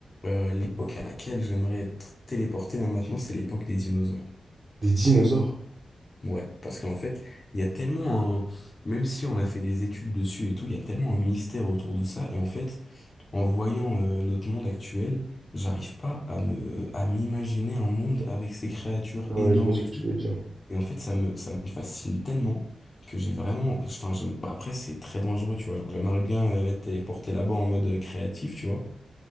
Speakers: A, on the left; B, on the right.
A: euh, l'époque à laquelle j'aimerais être téléporté là maintenant, c'est l'époque des dinosaures.
B: Des dinosaures.
A: Ouais, parce qu'en fait, il y a tellement un... Même si on a fait des études dessus et tout, il y a tellement un mystère autour de ça, et en fait, en voyant euh, notre monde actuel, j'arrive pas à me... à m'imaginer un monde avec ces créatures
B: Ouais,
A: énormes
B: je vois ce
A: et
B: que
A: tout.
B: tu veux dire.
A: Et en fait, ça me, ça me fascine tellement que j'ai vraiment. Enfin, j'aime- bah, après, c'est très dangereux, tu vois. Genre, j'aimerais bien euh, être téléporté là-bas en mode euh, créatif, tu vois.